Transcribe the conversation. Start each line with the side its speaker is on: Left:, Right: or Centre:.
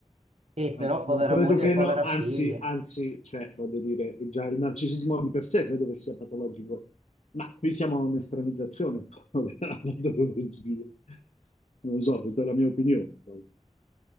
Right: E però
Left: Anzi,
Right: povera
Left: non credo
Right: moglie
Left: che
Right: e povera
Left: no, anzi,
Right: figlia,
Left: anzi, cioè, voglio dire, è già il narcisismo di per sé credo che sia patologico, ma qui siamo a un'estremizzazione un po' <laughs> della patologia. Non lo so, questa è la mia opinione. poi.